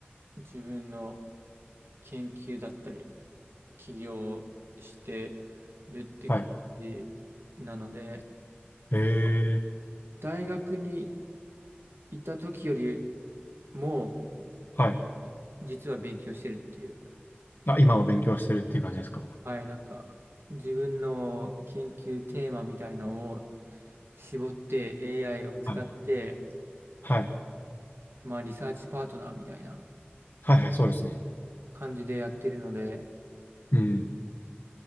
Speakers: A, on the right (about 70°); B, on the left (about 65°).
A: 自分の研究だったり、起業してるって感じなので、
B: はい。へえ、
A: 一応大学にいた時よりも、
B: はい。
A: い実は勉強してるっていう、
B: あ、今は勉強してるっていう感じですか
A: はい、なんか、自分の研究テーマみたいのを絞って AI を使って、
B: はい。はい。
A: まあ、リサーチパートナーみたいな
B: はいはい、そうですね。
A: 感じでやってるので、
B: うん。